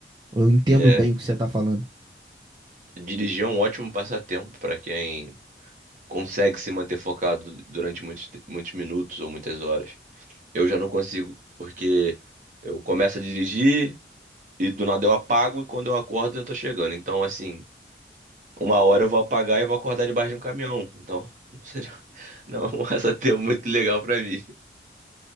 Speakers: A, on the right; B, on the right.
A: Eu entendo
B: É, é.
A: bem o que você tá falando.
B: Dirigir é um ótimo passatempo para quem consegue se manter focado durante muitos, te- muitos minutos ou muitas horas. Eu já não consigo, porque eu começo a dirigir e do nada eu apago e quando eu acordo eu tô chegando. Então, assim, uma hora eu vou apagar e vou acordar debaixo de um caminhão. Então, <laughs> não seria- não é um <laughs> passatempo muito legal para mim.